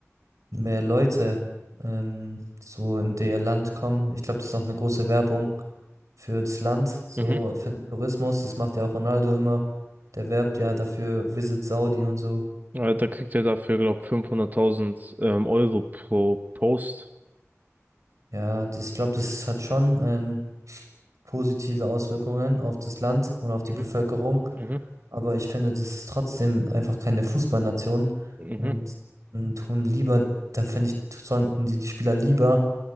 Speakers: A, on the right; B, on the right.
A: mehr Leute ähm, so in der Land kommen. Ich glaube, das ist auch eine große Werbung für das Land, so
B: Mhm.
A: für den Tourismus. Das macht ja auch Ronaldo immer. Der werbt ja dafür Visit Saudi und so.
B: Äh, Da kriegt er dafür, glaube 500.000 ähm, Euro pro Post.
A: Ja, das, ich glaube, das hat schon ähm, positive Auswirkungen auf das Land und auf die
B: Mhm.
A: Bevölkerung.
B: Mhm.
A: Aber ich finde, das ist trotzdem einfach keine Fußballnation
B: Mhm.
A: und, und tun lieber, da finde ich, sollten die, die Spieler lieber